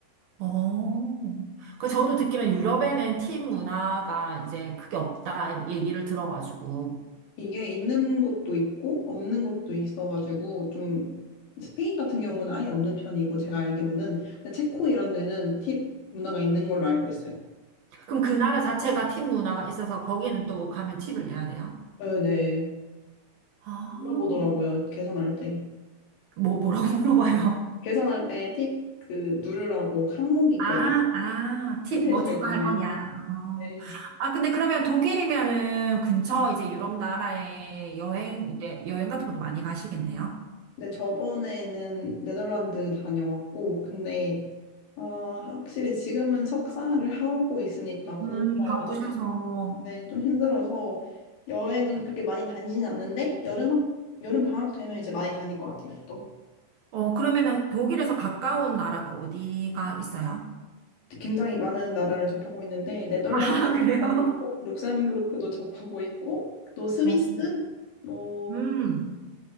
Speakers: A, on the right; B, on the left.
A: 어. 그 저도 듣기로는 유럽에는 팁 문화가 이제 크게 없다 얘기를 들어가지고.
B: 이게 있는 곳도 있고 없는 곳도 있어가지고 좀 스페인 같은 경우는 아예 없는 편이고 제가 알기로는 그냥 체코 이런 데는 팁 문화가 있는 걸로 알고 있어요.
A: 그럼 그 나라 자체가 팁 문화가 있어서 거기는 또 가면 팁을 내야 돼요?
B: 네, 네.
A: 아.
B: 물어보더라고요. 계산할 때.
A: 뭐 뭐라고 <laughs> 물어봐요?
B: 계산할 때 팁 그 누르라고 항목이 있거든요.
A: 아, 아, 팁
B: 홈페이지가
A: 뭐 추가할
B: 있잖아요.
A: 거냐. 어.
B: 네.
A: 아, 근데 그러면 독일이면은 근처 이제 유럽 나라에 여행,
B: 네.
A: 이제 여행 같은 것도 많이 가시겠네요.
B: 근데 저번에는 네덜란드 다녀왔고 근데 아, 확실히 지금은 석사를 하고 있으니까 공부가
A: 음, 바쁘셔서.
B: 워낙에 네, 좀 힘들어서 여행은 그렇게 많이 다니지는 않는데 여름 학- 여름 방학 되면 이제 많이 다닐 것 같아요. 또
A: 어, 그러면은 독일에서 가까운 나라가 어디가 있어요?
B: 굉장히 많은 나라를 접하고 있는데 네덜란드도
A: <laughs> 아, 그래요?
B: 접하고 있고 룩셈부르크도 접하고 있고 또 스위스
A: 어.
B: 뭐
A: 음.